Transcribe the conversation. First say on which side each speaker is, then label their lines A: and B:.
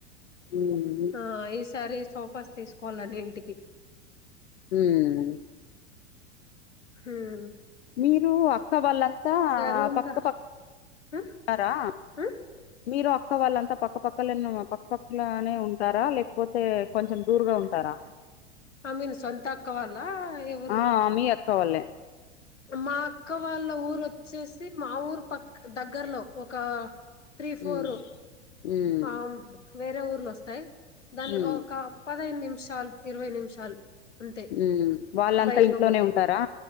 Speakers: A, on the left; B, on the left.
A: మ్
B: హ ఈసారి సోఫాస్ తీసుకోవాలని ఇంటికి
A: హమ్
B: హమ్
A: మీరు అక్క వాళ్ళంతా
B: రూమ్
A: పక్క
B: క
A: పక్క
B: ఆ
A: ారా
B: ఆ
A: మీరు పక్క వాళ్ళంతా పక్కపక్కల పక్కపక్కలనే ఉంటారా లేకపోతే కొంచెం దూరుగా ఉంటారా
B: ఐ మీన్ సొంత అక్క వాళ్ళ ఎవరు
A: ఆ మీ అక్క వాళ్ళే
B: మా అక్క వాళ్ళ ఊరుొచ్చేసి మా ఊరు పక్క దగ్గరలో ఒక త్రీ ఫోర్
A: మ్ ఉమ్
B: పామ్ వేరే ఊర్లు వస్తాయి దాని
A: ఉమ్
B: ఒక పదహైను నిమిషాలు ఇరవై నిమిషాలు అంతే
A: ఉమ్ వాళ్ళంతా
B: బైక్
A: ఇంట్లోనే
B: లో పోతే
A: ఉంటారా